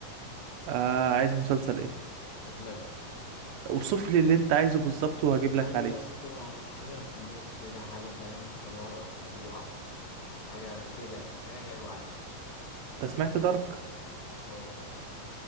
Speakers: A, on the right (about 75°); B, on the left (about 85°).
A: آه عايز مسلسل ايه
B: أجنبي
A: اوصف لي اللي انت عايزه بالظبط وهجيب لك
B: حاجة
A: عليه
B: يا اسطى حاجة غموض كده حاجة فاهم انت ما وراء الطبيعة حاجة كده يعني حاجة حلوة عادي
A: انت سمعت دارك
B: اه